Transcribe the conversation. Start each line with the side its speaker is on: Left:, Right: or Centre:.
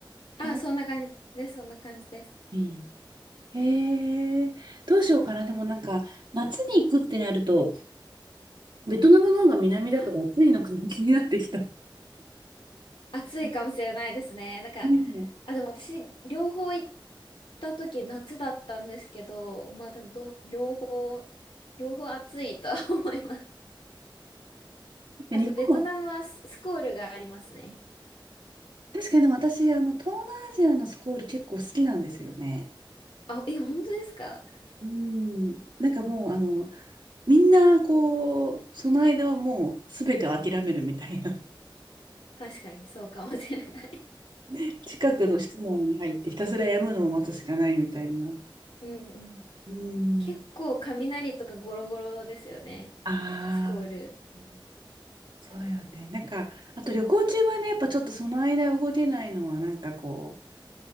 Left: あそんな感じですそんな感じです
Right: のがいい。へえ、どうしようかな。でもなんか、夏に行くってなると、ベトナムの方が南だから暑いのか
Left: あ
Right: <laughs> 気になってきた。
Left: 暑いかもしれないですねなんか
Right: <laughs> ねえ。
Left: あでも私両方行った時夏だったんですけど、まあ多分どう両方、両方暑いとは <laughs> 思います。
Right: で日本は、
Left: あとベトナムはス、スコールがありますね。
Right: 確かにでも私、あの、東南アジアのスコール結構好きなんですよね。
Left: あ、え、本当ですか
Right: うん。なんかもう、あの、みんな、こう、その間はもう、すべてを諦めるみたいな。
Left: 確かにそうかもしれない。
Right: <laughs> 近くの室内に入って、ひたすらやむのを待つしかないみたいな。
Left: <laughs> うんうん。
Right: うん。
Left: 結構雷とかゴロゴロですよね。
Right: ああ、
Left: スコール。
Right: うんそうよね。なんか、あと旅行中はね、やっぱちょっとその間動けないのは、なんかこ